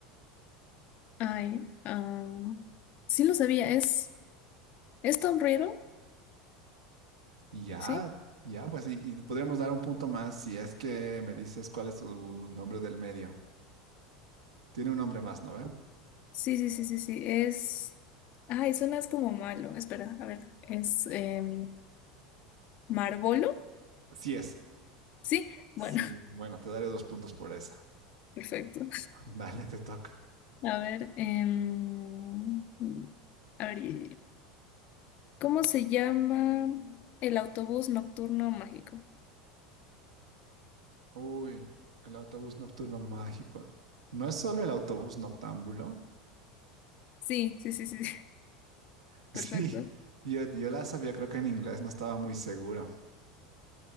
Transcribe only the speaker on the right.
Ya,
ya, pues, y, y podríamos dar un punto más si es que me dices cuál es su nombre del medio. Tiene un nombre más, ¿no ve?
Sí es.
Sí, bueno, te daré dos puntos por esa.
<laughs> Dale, te toca.
Uy, el autobús nocturno mágico. ¿No es solo el autobús noctámbulo?
<laughs>
Sí, yo, yo la sabía, creo que en inglés no estaba muy seguro.